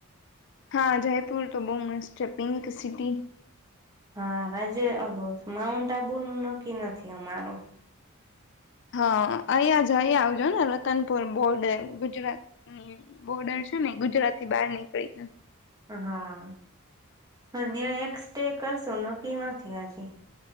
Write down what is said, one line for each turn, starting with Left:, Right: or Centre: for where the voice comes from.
Left: હા જયપુર તો બહુ મસ્ત છે પિંક સિટી.
Right: હા રાજે માઉન્ટઆબુ નું નક્કી નથી અમારું.
Left: હા અહિંયા જ અહિંયા આવજો ને રતનપુર બોર્ડર ગુજરાત બોર્ડર છે ને ગુજરાત થી બહાર નીકળીને.
Right: હા. હા ન્યાં એક સ્ટે કરશું નકી નથી હજી.